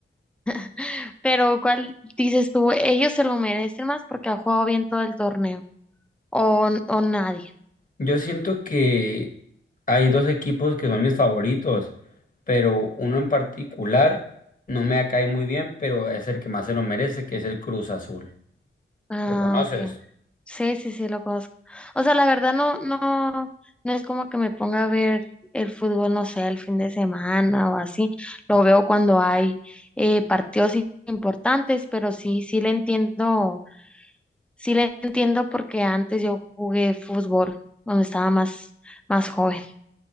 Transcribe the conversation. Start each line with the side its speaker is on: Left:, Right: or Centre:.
Centre: <laughs> Pero ¿cuál dices tú? ¿Ellos se lo merecen más porque ha jugado bien todo el torneo? ¿O, o nadie?
Left: Yo siento que hay dos equipos que son mis favoritos, pero uno en particular no me cae muy bien, pero es el que más se lo merece, que es el Cruz Azul.
Centre: Ah,
Left: ¿Lo conoces?
Centre: ok. Sí, sí, sí, lo conozco. O sea, la verdad no, no, no es como que me ponga a ver el fútbol, no sé, el fin de semana o así. Lo veo cuando hay eh, partidos i- importantes, pero sí, sí le entiendo, sí le entiendo porque antes yo jugué fútbol cuando estaba más, más joven.